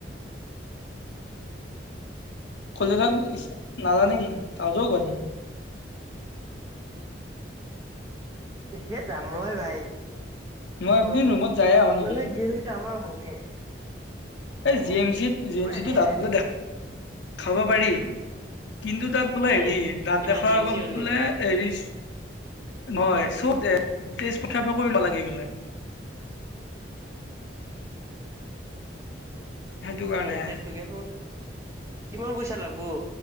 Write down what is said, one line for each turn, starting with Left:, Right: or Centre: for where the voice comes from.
Left: সেই কেইটা নাজানে কি নাজাও কেইদিন।
Right: সে যাম ৰ হে ভাই।
Left: মই
Right: ঘৰ
Left: একদিন
Right: মানে
Left: ৰুমত যায়ে আহো নেকি
Right: গেল আমাৰ ভালকে।
Left: এই
Right: এ
Left: জি এম চিত জি
Right: মোৰ
Left: এম চিটো
Right: এনে
Left: তাক
Right: দে
Left: বোলে দেখাব পাৰি। কিন্তু তাত বোলে
Right: উম
Left: হেৰি দাঁত
Right: এইবাৰ
Left: দেখাৰ
Right: জি এম
Left: আগত
Right: চি হ'ল
Left: বোলে।
Right: নি
Left: এৰি নহয় চব তেইছ পক্ষাৰ পৰা কৰিব নালাগে বোলে। সেইটো কাৰণে
Right: উম তেজপুৰ এখন কিমান পইচা লাগব।